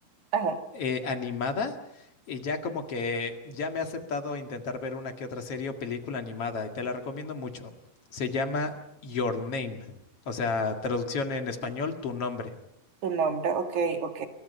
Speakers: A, on the right (about 55°); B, on the left (about 45°).
A: ajá,
B: eh, animada y ya como que ya me ha aceptado intentar ver una que otra serie o película animada y te la recomiendo mucho. Se llama Your Name, o sea, traducción en español,
A: ok,
B: tu nombre.
A: tu nombre, ok, ok.